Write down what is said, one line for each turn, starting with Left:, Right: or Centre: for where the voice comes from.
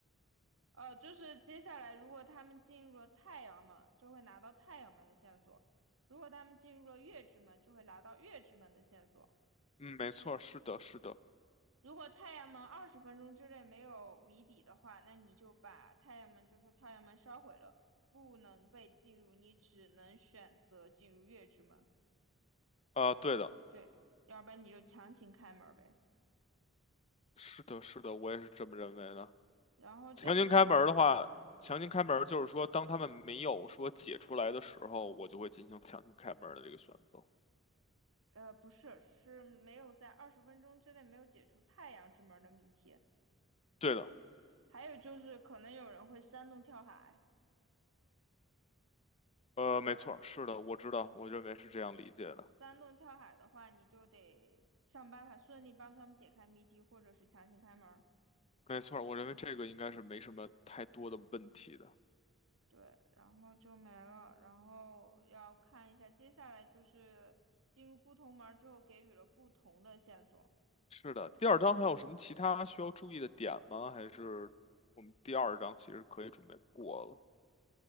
Right: 呃，就是接下来如果他们进入了太阳门，就会拿到太阳门的线索；如果他们进入了月之门，就会拿到月之门的线索。
Left: 嗯，没错，是的，是的。
Right: 如果太阳门二十分钟之内没有谜底的话，那你就把太阳门，就说太阳门烧毁了，不能被进入，你只能选择进入月之门。
Left: 啊，对的，
Right: 对，要不然你就强行开门呗。
Left: 是的，是的，我也是这么认为的。
Right: 然后这个就是，
Left: 强行开门儿的话，强行开门儿就是说，当他们没有说解出来的时候，我就会进行强行开门儿的这个选择。
Right: 呃，不是，是没有在二十分钟之内没有解除太阳之门的谜题。
Left: 对的，
Right: 还有就是可能有人会煽动跳海，
Left: 呃，
Right: 对，
Left: 没错儿是的，我知道，我认为是这样理解的。
Right: 煽动跳海的话，你就得想办法顺利帮他们解开谜题，或者是强行开门儿
Left: 没错儿我认为这个应该是没什么太多的问题的。
Right: 对，然后就没了，然后要看一下接下来就是进入不同门儿之后给予了不同的线索，
Left: 是的，第二章还有什么其他需要注意的点吗？还是我们第二章其实可以准备过了？